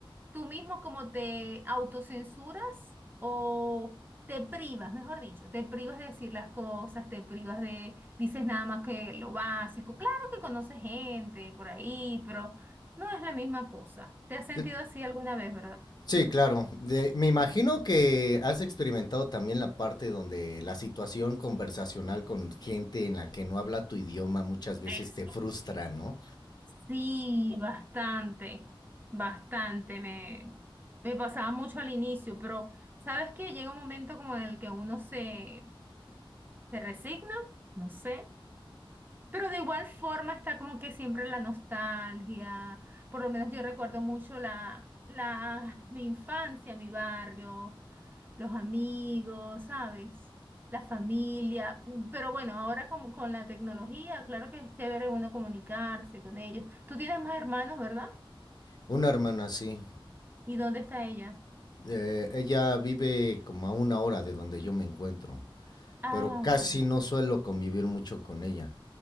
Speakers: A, on the right (about 20°); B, on the left (about 50°).
A: tú mismo como te autocensuras o te privas, mejor dicho, te privas de decir las cosas, te privas de, dices nada más que lo básico. Claro que conoces gente por ahí, pero no es la misma cosa. ¿Te has sentido
B: Cl-
A: así alguna vez, verdad?
B: Sí, claro. De- me imagino que has experimentado también la parte donde la situación conversacional con gente en la que no habla tu idioma muchas veces
A: Eso.
B: te frustra, ¿no?
A: Sí, bastante, bastante. Me, me pasaba mucho al inicio, pero sabes que llega un momento como en el que uno se, se resigna, no sé, pero de igual forma está como que siempre la nostalgia. Por lo menos yo recuerdo mucho la, la, mi infancia, mi barrio, los amigos, ¿sabes? La familia. Pero bueno, ahora con, con la tecnología, claro que es chévere uno comunicarse con ellos. Tú tienes más hermanos, ¿verdad?
B: Una hermana, sí.
A: ¿Y dónde está ella?
B: Eh, ella vive como a una hora de donde yo me encuentro,
A: Ah,
B: pero casi
A: ok.
B: no suelo convivir mucho con ella.